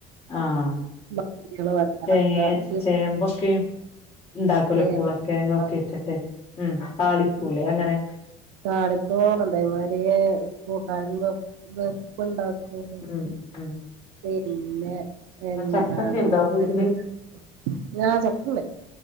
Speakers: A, on the left; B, on the right.
A: ആഹ്
B: മഞ്ഞള് വത്തളക്ക
A: തേങ്ങേ
B: ആഹ്
A: ചേമ്പൊക്കെ ഇണ്ടാക്കൊലെ
B: തേങ്ങ
A: പൂളൊ ങ്ങേക്കെ ഇട്ടിട്ട് ഉം താളിക്കൂലെ അ ങ്ങനെ
B: താളിക്കും അതേമാരി കൂട്ടാന്നും വെപ്പ് ണ്ടാക്കൂലെ
A: ഉം ഉം
B: പിന്നെ എന്താണ്
A: ആഹ് ചക്കൊക്കെ ഉണ്ടോ
B: <unintelligible>
A: വീട്ടില്
B: ആ ചക്കണ്ട്